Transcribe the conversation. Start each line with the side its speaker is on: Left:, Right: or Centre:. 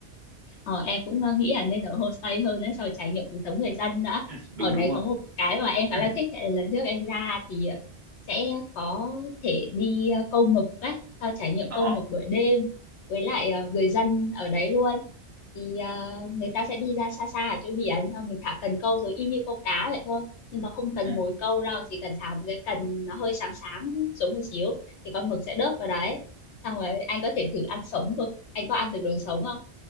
Left: Ờ, em cũng ờ, nghĩ là nên ở homestay hơn đã sau trải nghiệm cuộc sống người dân đã.
Right: đúng
Left: Ở đấy
Right: đúng
Left: có
Right: không
Left: một cái mà em
Right: ừ.
Left: khá là
Right: <clears throat>
Left: thích là lần trước em ra thì ờ, sẽ có thể đi ờ, câu mực ấy, sau trải nghiệm
Right: Ờ.
Left: câu mực buổi đêm với lại ờ, người dân ở đấy luôn. Thì ờ, người ta sẽ đi ra xa xa ở chỗ biển, xong mình thả cần câu rồi y như câu cá vậy thôi. Nhưng mà không cần
Right: Ừ.
Left: ngồi câu đâu, chỉ cần thả một cái cần nó hơi sáng sáng xuống một xíu thì con mực sẽ đớp vào đấy. Xong rồi anh có thể thử ăn sống mực. Anh có ăn được đồ sống không?